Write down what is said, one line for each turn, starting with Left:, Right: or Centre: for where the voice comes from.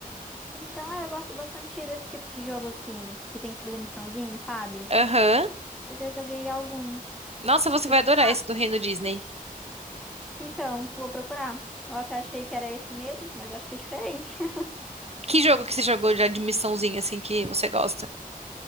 Centre: Então, é, eu gosto bastante desse tipo de jogo assim, que tem que fazer missãozinha, sabe?
Right: Aham.
Centre: Eu já joguei alguns.
Right: Nossa, você
Centre: Tipo,
Right: vai adorar
Centre: ah,
Right: esse do Reino Disney.
Centre: então, vou procurar. Eu até achei que era esse mesmo, mas acho que é diferente. <laughs>
Right: Que jogo que você jogou já de missãozinha, assim, que você gosta?